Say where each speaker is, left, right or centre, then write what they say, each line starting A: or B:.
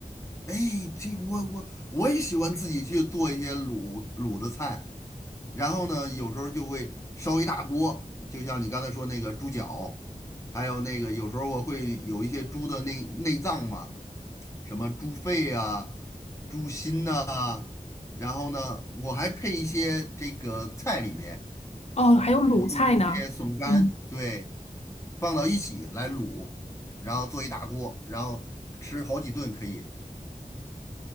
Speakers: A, on the left; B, on the left.
A: 哎，这我我我也喜欢自己去做一些卤卤的菜，然后呢，有时候就会烧一大锅，就像你刚才说那个猪脚，还有那个有时候我会有一些猪的内内脏嘛，什么猪肺啊、猪心呐、然后呢，我还配一些这个菜里面，
B: 哦，还有卤菜呢。
A: 呃，用一些笋干，
B: 嗯。
A: 对，放到一起来卤，然后做一大锅，然后吃好几顿可以。